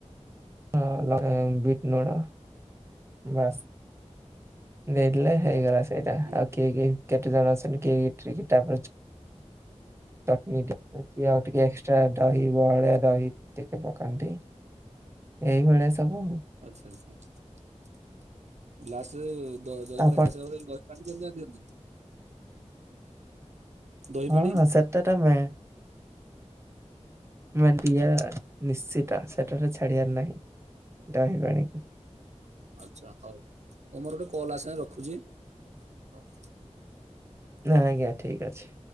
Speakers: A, on the right; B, on the right.
A: ହଁ ଲଙ୍କା ବିଟ ନୁଣ ବାସ୍ ନେଲେ ହେଇଗଲା ସେଇଟା,
B: ହଁ।
A: ଆଉ କିଏ କେହି କେତେ ଜଣ ଅଛନ୍ତି କିଏ ଇଠିକି ତାପରେ ଚଟନି ଟିକେ ଆଉ ଟିକେ ଏକ୍ସଟ୍ରା ଦହି ବହଳିଆ ଦହି ଟିକେ ପକାନ୍ତି ଏଇଭଳିଆ ସବୁ ଆଉ।
B: ଆଚ୍ଛା ଆଚ୍ଛା। ଲାଷ୍ଟରେ ଦ-ଦହିବରା
A: ଆପଣ
B: ଖାଇସାରିଲା ପରେ ଦହି <unintelligible> ଦିଅନ୍ତିନି? ଦହି
A: ହଁ
B: ପାଣି
A: ହଁ ସେଟା ତ ମେ ମେନ୍ ପିଆ ନିଶ୍ଚିିତ। ସେଟାରେ ଛାଡିଆର ନାହିଁ। ଦହି ପାଣି।
B: ଆଚ୍ଛା ହଉ। ହଉ ମୋର ଗୋଟେ କଲ ଆସିଲାଣି ରଖୁଛି? ହଉ।
A: ନାଁ ଆଜ୍ଞା ଠିକ ଅଛି।